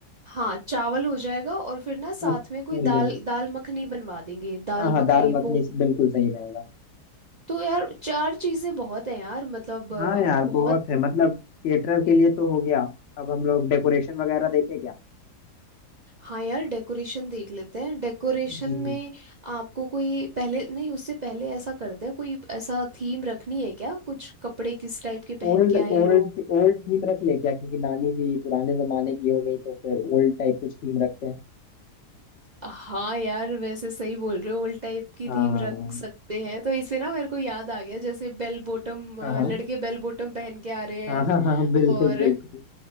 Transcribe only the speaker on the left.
और पूड़ियाँ
हाँ हाँ
दाल मखनी
से बिल्कुल सही रहेगा
हाँ यार
बहुत है मतलब केटरर के लिए तो हो गया अब हम लोग डेकोरेशन वगैरह देखें क्या
जी
Old
old
ओल्ड थीम रख ले क्या क्योंकि नानी भी पुराने जमाने की हो गई तो फिर ओल्ड टाइप कुछ थीम रखते हैं
हाँ
हाँ हाँ
हाँ
हाँ हाँ, बिल्कुल
बिल्कुल